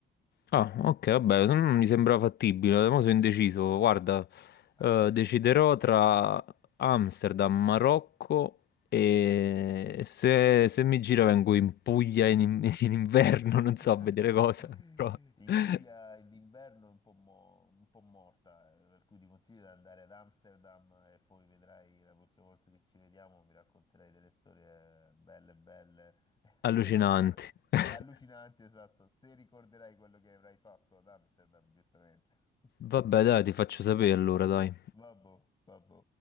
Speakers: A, on the left; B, on the left.
A: Ah, ok, vabbè, mm, mi sembra fattibile, mo sono indeciso, guarda,
B: <laughs>
A: eh, deciderò tra Amsterdam, Marocco e se, se mi gira vengo in Puglia in, in in inverno, non so
B: <laughs>
A: a vedere cosa, però
B: In
A: <laughs>
B: Puglia d'inverno è un po', mo- un po' morta, eh, per cui ti consiglio di andare ad Amsterdam e poi vedrai la prossima volta che ci vediamo, mi racconterai delle storie belle, belle,
A: allucinanti.
B: <laughs> oppure allucinanti,
A: <laughs>
B: esatto, se ricorderai quello che avrai fatto ad Amsterdam, giustamente. <laughs>
A: Vabbè, dai, ti faccio sapere allora, dai.
B: Vabbè, vabbè.